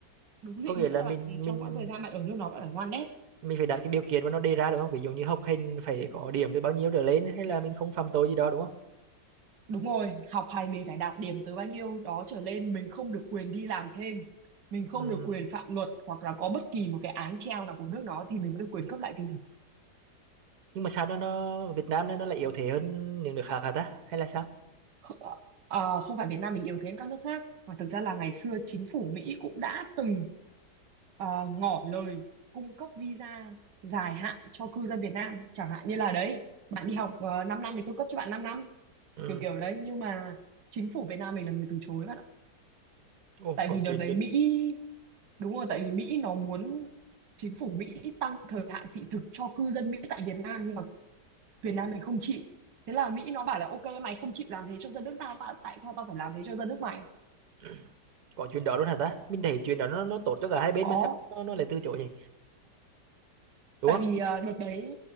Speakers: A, on the right (about 80°); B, on the right (about 65°).
A: đúng
B: có
A: định
B: nghĩa
A: nghĩa
B: là
A: là
B: mình
A: bạn trong
B: mình
A: quãng thời gian bạn ở nước nó bạn phải ngoan đét
B: mình phải đặt cái điều kiện mà nó đề ra đúng không ví dụ như học hành phải có điểm từ bao nhiêu trở lên hay là mình không phạm tội gì đó đúng không
A: Đúng rồi, học hành mình phải đạt điểm từ bao nhiêu đó trở lên, mình không được quyền đi làm thêm, mình không
B: Ừ.
A: được quyền phạm luật hoặc là có bất kỳ một cái án treo nào của nước nó thì mình mới được quyền cấp lại thị thực.
B: nhưng mà sao nó nó Việt Nam nó nó lại yếu thế hơn những nước khác hả ta hay là sao
A: Kh- ờ, không phải Việt Nam mình yếu thế hơn các nước khác, mà thực ra là ngày xưa chính phủ Mỹ cũng đã từng ờ, ngỏ lời cung cấp visa dài hạn cho cư dân Việt Nam, chẳng hạn như là đấy, bạn đi học uh, 5 năm thì tôi cấp cho bạn 5 năm,
B: ừ
A: kiểu kiểu đấy, nhưng mà chính phủ Việt Nam mình là người từ chối bạn
B: ồ
A: tại
B: có
A: vì đợt
B: chuyện
A: đấy
B: đến
A: Mỹ đúng rồi tại vì Mỹ nó muốn chính phủ Mỹ tăng thời hạn thị thực cho cư dân Mỹ tại Việt Nam nhưng mà Việt Nam này không chịu thế là Mỹ nó bảo là ok mày không chịu làm thế cho dân nước ta mà tại sao tao phải làm thế cho dân nước mày
B: <clears throat> có chuyện đó luôn hả ta mình thấy chuyện đó nó nó tốt cho cả hai bên
A: có
B: mà sao nó nó lại từ chối nhỉ đúng
A: tại
B: không
A: vì ờ, đợt đấy